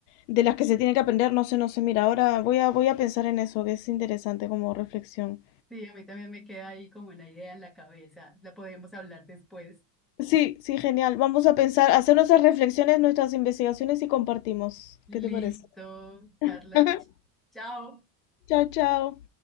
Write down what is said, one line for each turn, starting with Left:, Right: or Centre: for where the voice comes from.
Left: de las que se tiene que aprender, no sé, no sé, mira, ahora voy a, voy a pensar en eso, que es interesante como reflexión.
Centre: Sí, a mí también me queda ahí como una idea en la cabeza. La podemos hablar después.
Left: Sí, sí, genial. Vamos a pensar, hacer nuestras reflexiones, nuestras investigaciones y compartimos.
Centre: Listo,
Left: ¿Qué te parece? <laughs>
Centre: Carla. ch- Chao.
Left: Chao, chao.